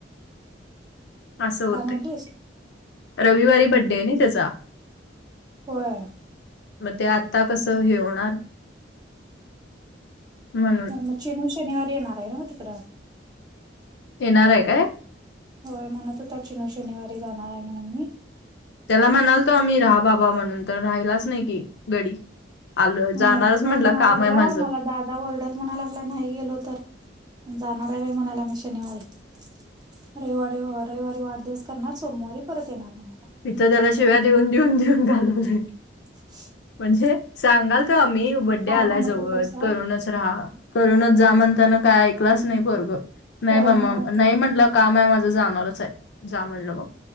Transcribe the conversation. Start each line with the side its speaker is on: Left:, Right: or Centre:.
Left: अस होते
Right: काय म्हटलीस?
Left: रविवारी बड्डे आहे नाही त्याचा
Right: होयर.
Left: मग ते आता कस हे होणार म्हण.
Right: मग शन शनिवारी येणार आहे ना मग तिकडं.
Left: येणार आहे काय?
Right: होय म्हून तू त्यािनू शनिवारी जाणार आहे म्हणून मी
Left: त्याला म्हणाल तो आम्ही राहा बाबा म्हणून तर राहिलाच नाही की गडी आलो
Right: हा
Left: जाणारच
Right: तो
Left: म्हटलं
Right: म्हनालागला
Left: काम आहे माझं
Right: मला दा ला वर्डल म्हणा लागला नाही गेलो तर जाणार आहे व म्हणाला मी शनिवारी रविारी रविवारी वाढदिवस करणार सोमवारी परत येणार म्हणाला.
Left: मथ त्याला शिव्या देऊन देऊन देऊन घालवले.
Right: ह.
Left: म्हणजे सांगाल तर आम्ही बड्डे आलाय
Right: म्हणत
Left: जवळ
Right: होतासा
Left: करूनच राहा. करूनच जा म्हणताना काय ऐकलंच नाही पर नाही
Right: होय
Left: ममा
Right: म्हणत
Left: नाही म्हणला. काम आहे माझं जाणारच आहे जा म्हणलं मग